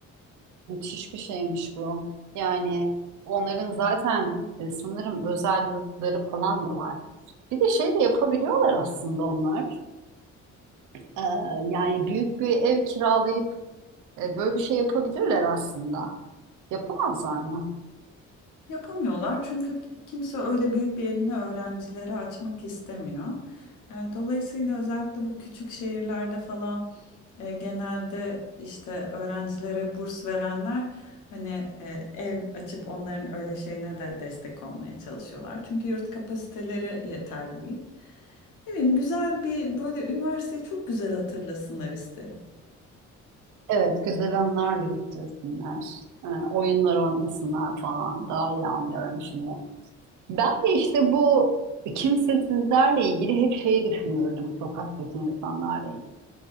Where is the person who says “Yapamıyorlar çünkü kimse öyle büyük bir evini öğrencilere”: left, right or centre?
Left